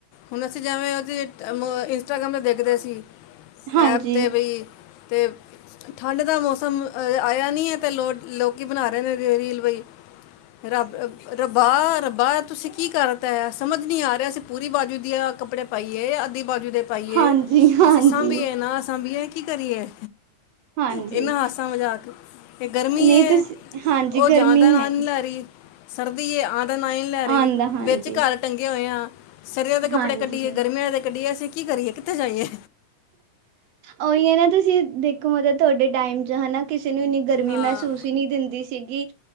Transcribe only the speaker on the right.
ਹਾਂਜੀ
ਹਾਂਜੀ ਹਾਂਜੀ
ਹਾਂਜੀ
ਨਹੀਂ
ਤੁਸੀਂ
ਹਾਂਜੀ
ਗਰਮੀ
ਹੈਗੀ
ਆਉਂਦਾ ਹਾਂਜੀ
ਹਾਂਜੀ
ਉਹੀ ਹੈ ਨਾ ਤੁਸੀਂ ਦੇਖੋ ਮਤਲਬ ਤੁਹਾਡੇ ਟਾਈਮ ਚ ਹਨਾ ਕਿਸੇ ਨੂੰ ਨ ਗਰਮੀ
ਮਹਿਸੂਸ ਹੀ ਨਹੀਂ ਦਿੰਦੀ ਸੀ ਸੀਗੀ